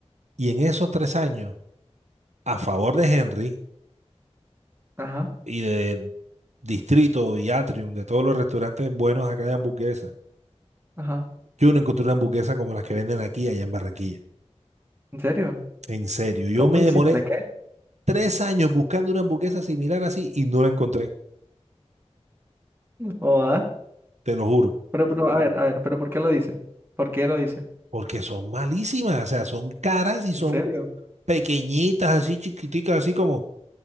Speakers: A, on the right; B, on the right.
A: Y en esos tres años. a favor de Henry
B: Ajá,
A: y de Distrito y Atrium, de todos los restaurantes buenos acá de hamburguesas.
B: ajá.
A: Yo no encontré una hamburguesa como las que venden aquí allá en Barranquilla.
B: ¿En serio?
A: En serio, yo
B: Son
A: me
B: muy
A: demoré
B: simples, ¿qué?
A: tres años buscando una hamburguesa similar así y no la encontré,
B: o ah.
A: te lo juro,
B: Pero, pero, a ver, a ver, pero ¿por qué lo dice? ¿Por qué lo dice?
A: porque son malísimas, o sea, son caras y son
B: ¿En serio?
A: pequeñitas, así chiquiticas, así como,